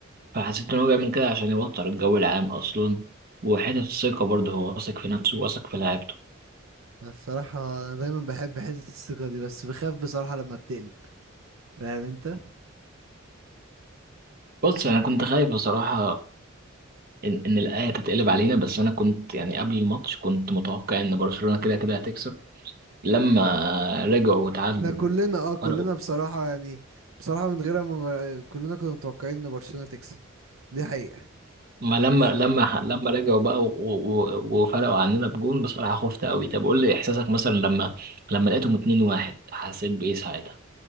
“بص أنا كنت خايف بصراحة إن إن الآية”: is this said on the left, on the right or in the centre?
Right